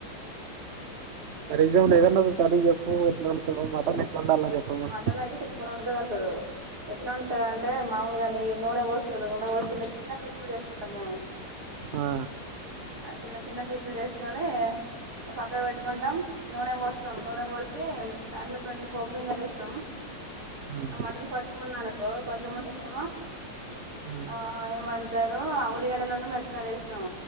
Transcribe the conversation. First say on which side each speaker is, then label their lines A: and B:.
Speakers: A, on the right (about 75°); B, on the right (about 45°).
A: ఫర్ ఏదైనా కర్రీ చెప్పు ఎట్లా అమ్ముతాడు మటన్ ఎట్లా వండాలో చెప్పమను
B: మటన్ అయితే సూపర్ అండుతాడు ఆ ఎట్లా వండుతాడు అంటే మాములుగా న నూనె పోస్తాడు నూనె పోస్తు కిన్న పీచలు చేసుకుంటాం మేము
A: ఆ
B: ఆ చిన్న చిన్న పీసులు చేసుకొని పక్కకు పెట్టుకుంటాం నూనె పోస్తాం నూనె పోసి దాంట్లో కొన్ని పోపు గింజలు వేస్త స్తాం
A: హ్మ్
B: ఆ మటన్ కొంచెం ఉంది అనుకో కొంచెం ఉండ ఏమో
A: హ్మ్
B: ఆ ఏమంటారు ఆ ఉల్లిగడ్డలు ఉండ మిరపకాయర వేస్తాం